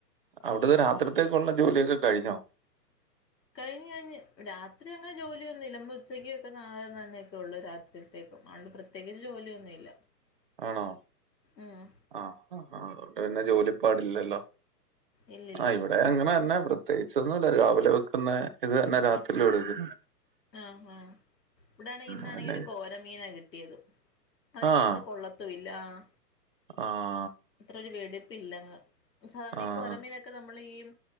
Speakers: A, on the right; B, on the left.
A: അവിടത്തെ രാത്രിത്തേക്കുള്ള ജോലിയൊക്കെ കഴിഞ്ഞോ?
B: കഴിഞ്ഞ് കഴിഞ് രാത്രി അങ്ങനെ ജോലിയൊന്നുല്ല നമ്മൾ ഉച്ചയ്ക്ക് വയ്ക്കുന്ന ആഹാരം തന്നെയൊക്കെ ഉള്ളു രാത്രിക്ക് ത്തേക്കും അതോണ്ട് പ്രത്യേകിച്ച് ജോലിയൊന്നും ഇല്ല
A: ആണോ?
B: ഉം
A: ആഹ് അതുകൊണ്ട് പിന്നെ ജോലി പാടില്ലല്ലോ
B: ഇല്ലില്ല
A: ആ ഇവടെ അങ്ങനെ തന്നെ പ്രത്യേകിച്ച് ഒന്നും ഇല്ല രാവിലെ വെക്കുന്ന ഇത് തന്നെ രാത്രി എടുക്കുന്നത്
B: ആ ഹാ ഇവിടാണെ ഇന്നാണെങ്കി
A: അതന്നെ.
B: ഒരു കോരമീനാ കിട്ടിയത് അതെങ്കി
A: ആഹ്.
B: അത്ര കൊള്ള- ത്തുവില്ലാ ആഹ്
A: ആഹ്
B: അത്ര ഒരു വെടിപ്പില്ലങ്ങ് സാധാരണ
A: ആഹ്.
B: ഈ കോര മീനൊ- ഒക്കെ നമ്മൾ ഈ മ്